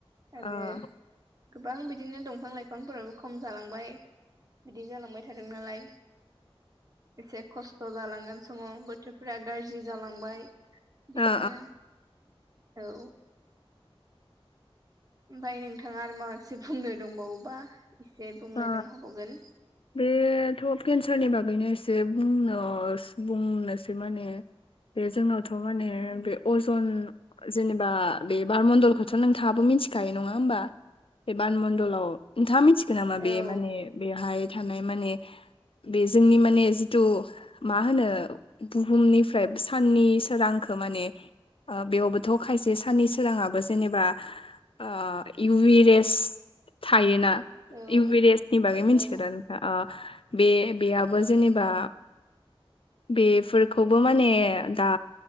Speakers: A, on the right (about 35°); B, on the left (about 65°).
A: आरो
B: ओ
A: गोबां बि दिनो दंफां लाइफांफोराबो खम जालांबाय बिदि जालांबाय थादों नालाय। एसे खस्थ' जालांगोन समाव बोथोरफ्रा गाज्रि जालांबाय। बिदिनो
B: ओ
A: औ ओमफाय नोंथाङा आरो माबासे बुंनो दंबावोबा एसे बुंलायनां
B: ओ
A: हाबावगोन
B: बेथ' केन्सारनि बागैनो एसे बुंनो बुंनोसै माने बे जोंनावथ' माने बे अजन जेनेबा बे बारमडलखौथ' नोंथाङाबो मिथिखायो नङा होमबा। बे बार मण्डलाव नोंथाङा मिथिगोन नामा बे
A: औ
B: माने बेहाय थानाय माने - बे जोंनि माने जिथु मा होनो बुहुमनिफ्राय साननि सोरांखौ माने ओ बेयावबोथ' खायसे साननि सोराङाबो जेनेबा ओ इउ रेस थायोना
A: औ
B: इउ रेसनि बागै मिथिगोदा
A: औ
B: नों बे बेयाबो जेनेबा बेफोरखौबो माने दा